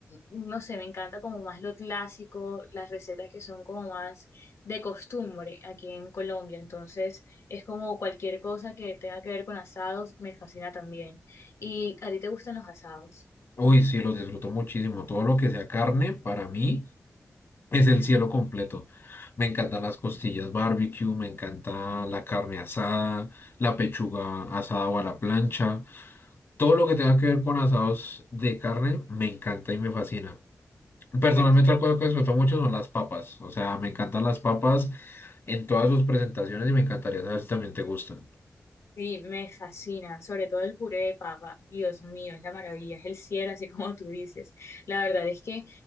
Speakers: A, on the left (about 70°); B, on the left (about 55°).
A: no sé, me encanta como más lo clásico, las recetas que son como más de costumbre aquí en Colombia, entonces es como cualquier cosa que tenga que ver con asados, me fascina también. ¿Y a ti te gustan los asados?
B: Uy, sí, los disfruto muchísimo, todo lo que sea carne para mí. Es el cielo completo. Me encantan las costillas barbecue, me encanta la carne asada, la pechuga asada o a la plancha. Todo lo que tenga que ver con asados de carne me encanta y me fascina. Personalmente,
A: Perfecto.
B: otra cosa que disfruto mucho son las papas. O sea, me encantan las papas en todas sus presentaciones y me encantaría saber si también te gustan.
A: Sí, me fascina, sobre todo el puré de papa. Dios mío, es la maravilla, es el cielo, así como tú dices. La verdad es que